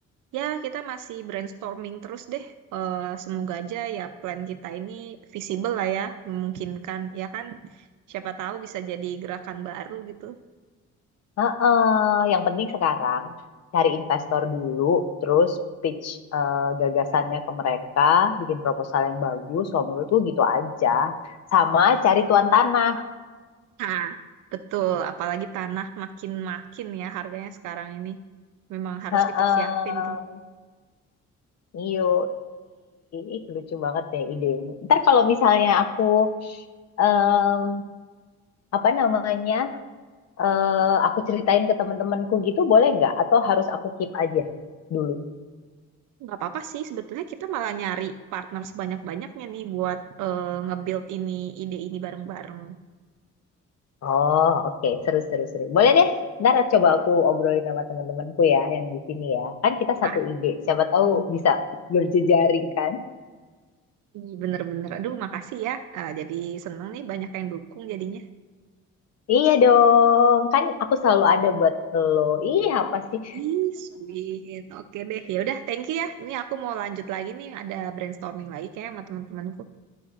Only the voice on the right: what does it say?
ya kita masih brainstorming terus deh. Eh, semoga aja ya plan kita ini visible lah ya, memungkinkan. Ya kan, siapa tahu bisa jadi gerakan baru gitu.
Nah, betul. Apalagi tanah makin-makin ya harganya sekarang ini. Memang harus
dipersiapin tuh.
nggak apa-apa sih sebetulnya kita malah nyari partner sebanyak-banyaknya nih buat eh, nge-build ini ide ini bareng-bareng.
Nah,
iya.
Ih, Bener-bener. Aduh, makasih ya. Ah, jadi seneng nih banyak yang dukung jadinya.
Ih, sweet. Oke deh. Ya udah, thank you ya. Ini aku mau lanjut lagi nih. Ada brainstorming lagi kayak sama teman-temanku.